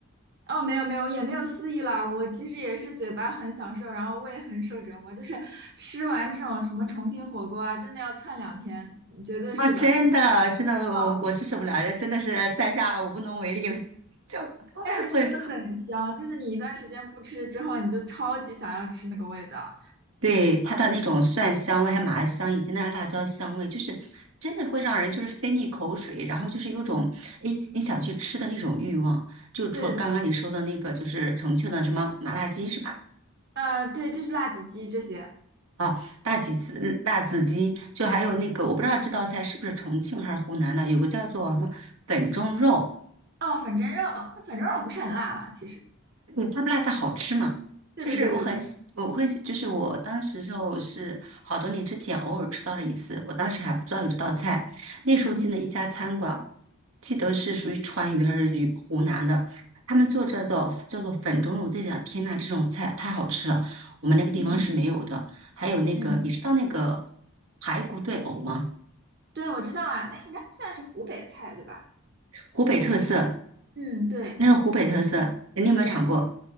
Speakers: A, on the right (about 50°); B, on the right (about 75°).
A: 哦，没有没有，也没有肆意啦。我其实也是嘴巴很享受，然后胃很受折磨，就是吃完这种什么重庆火锅啊，真的要窜两天，嗯绝对是的。
B: 啊，真的，真的，我我是受不了，
A: 哦，
B: 真的是在下我无能为力了，<laughs> 就
A: 但是真的很香，
B: 会
A: 就是你一段时间不吃之后，你就超级想要吃那个味道。
B: 对它的那种蒜香味，还有麻香，以及那辣椒香味，就是真的会让人就是分泌口水，然后就是有种哎你想去吃的那种欲望。
A: 嗯
B: 就除了刚刚你说的那个，
A: 对的。
B: 就是重庆的什么麻辣鸡是吧？
A: 呃，对，就是辣子鸡这些。
B: 啊，辣子鸡，嗯辣子鸡，就还有那个我不知道这道菜是不是重庆还是湖南的，有个叫做什么粉蒸肉。
A: 哦，粉蒸肉，那粉蒸肉不是很辣了，其实。
B: 对，它不辣，但好吃嘛。
A: 对对对对对，
B: 就是我很喜，我会，就是我当时时候是好多年之前偶尔吃到了一次，我当时还不知道有这道菜。那时候进了一家餐馆，
A: 嗯
B: 记得是属于川渝还是渝湖南的，他们做这叫叫做粉蒸肉，我在想，天呐，这种菜太好吃了，我们那个地方是没有的。
A: 嗯
B: 还有那个，
A: 嗯，
B: 你知道那个排骨炖藕吗？
A: 对，我知道啊，那应该算是湖北菜，对吧？
B: 湖北特色，
A: 嗯，对
B: 那是湖北特色，你有没有尝过？
A: 对，